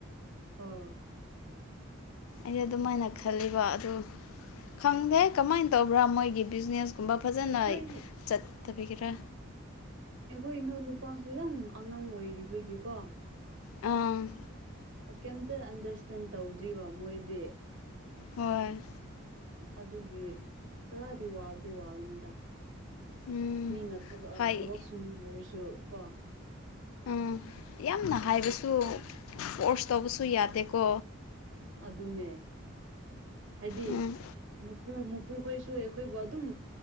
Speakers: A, on the right (about 60°); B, on the left (about 75°).
A: ꯑꯣ
B: ꯑꯩꯁꯦ ꯑꯗꯨꯝꯃꯥꯏꯅ ꯈꯜꯂꯤꯕ ꯑꯗꯨ ꯈꯪꯗꯦ ꯀꯃꯥꯏꯅ ꯇꯧꯕ꯭ꯔꯥ ꯃꯣꯏꯒꯤ ꯕꯤꯖꯤꯅꯦꯁ ꯨꯕ ꯐꯖꯅꯩ
A: ꯑꯩꯈꯣꯏ
B: ꯆꯠꯇꯕꯤꯒꯤꯔꯥ
A: ꯑꯩꯈꯣꯏ ꯏꯅꯧ ꯅꯨꯄꯥꯁꯨ ꯌꯥꯝ ꯑꯉꯥꯡ ꯑꯣꯏꯔꯤꯕꯒꯤꯀꯣ
B: ꯑꯥ
A: ꯀꯩꯝꯇ ꯑꯟꯗꯔꯁꯇꯦꯟ ꯇꯧꯗ꯭ꯔꯤꯕ ꯃꯣꯏꯗꯤ
B: ꯍꯣꯏ
A: ꯑꯗꯨꯒꯤ ꯈꯔꯗꯤ ꯋꯥꯕꯗꯤ ꯋꯥꯕꯅꯤꯗ
B: ꯎꯝ
A: ꯃꯤꯅ ꯊꯕꯛ
B: ꯍꯥꯏ
A: ꯊꯕꯛ ꯁꯨꯃꯤꯟꯅꯔꯁꯨ ꯀꯣ
B: ꯎ ꯌꯥꯝꯅ ꯍꯥꯏꯕꯁꯨ
A: ꯑꯗꯨ
B: ꯀꯣꯔꯁ ꯇꯧꯕꯁꯨ ꯌꯥꯗꯦꯀꯣ
A: ꯑꯗꯨꯅꯦ ꯍꯥꯏꯗꯤ
B: ꯎꯝ
A: ꯃꯄꯨ ꯃꯄꯨꯈꯣꯏꯁꯨ ꯑꯩꯈꯣꯏꯕꯨ ꯑꯗꯨꯝ